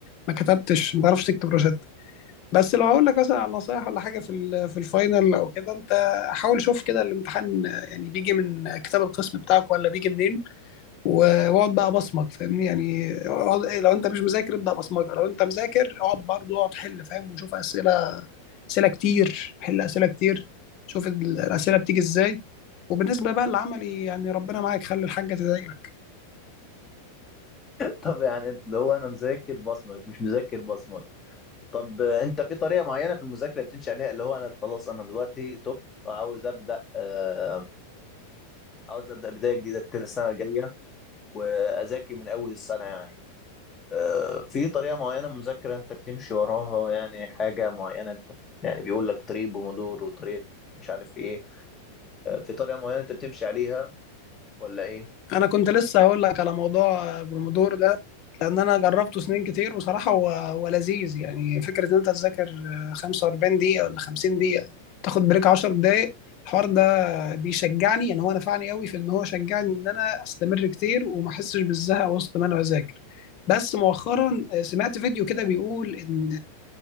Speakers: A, on the left; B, on the left.
A: ما كتبتش ما تعرفش تكتب روشته بس لو هقول لك مثلا على نصايح ولا حاجه في ال- في الفاينل او كده انت حاول شوف كده الامتحان يعني بيجي من كتاب القسم بتاعك ولا بيجي منين و- واقعد بقى بصمج فاهمني يعني اقعد إيه، لو انت مش مذاكر ابدا بصمجه لو انت مذاكر اقعد برضه اقعد حل فاهم وشوف اسئله اسئله كتير حل اسئله كتير شوف ال- الاسئله بتيجي ازاي وبالنسبه بقى للعملي يعني ربنا معاك خلي الحاجه تذاكرك
B: طب يعني انت اللي هو انا مذاكر بصمك مش مذاكر بصمك طب آه، انت في طريقه معينه في المذاكره بتمشي عليها اللي هو انا خلاص انا دلوقتي تبت وعاوز ابدا آه عاوز ابدا بدايه جديده التر- السنه الجايه واذاكر من اول السنه يعني آه في طريقه معينه مذاكره انت بتمشي وراها يعني حاجه معينه انت يعني بيقول لك طريق بومودور وطريقه مش عارف ايه آه في طريقه معينه انت بتمشي عليها ولا ايه
A: انا كنت لسه هقول لك على موضوع البرومودور ده لان انا جربته سنين كتير وصراحه هو هو لذيذ يعني فكره ان انت تذاكر 45 دقيقه ولا 50 دقيقه تاخد بريك 10 دقائق الحوار ده بيشجعني يعني هو نفعني قوي في ان هو شجعني ان انا استمر كتير وما احسش بالزهق وسط ما انا بذاكر بس مؤخرا سمعت فيديو كده بيقول ان